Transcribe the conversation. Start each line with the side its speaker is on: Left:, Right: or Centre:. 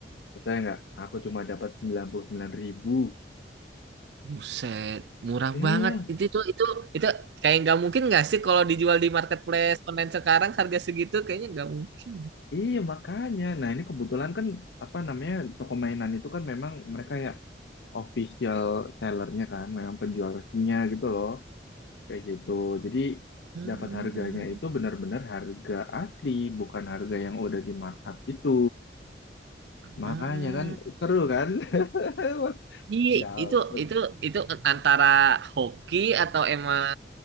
Left: Percaya nggak? Aku cuma dapat sembilan puluh sembilan ribu.
Right: Buset, murah
Left: Iya,
Right: banget. Itu tuh itu itu kayak nggak mungkin nggak sih kalau dijual di marketplace online sekarang harga segitu kayaknya nggak mungkin.
Left: Iya makanya. Nah ini kebetulan kan apa namanya toko mainan itu kan memang mereka ya official sellernya kan, memang penjual resminya gitu loh, kayak gitu. Jadi
Right: Hmm.
Left: dapat harganya itu benar-benar harga asli, bukan harga yang udah di markup gitu. Makanya
Right: Hmm.
Left: kan seru kan, <laughs> mas
Right: Iya,
Left: dapet.
Right: itu itu itu antara hoki atau emang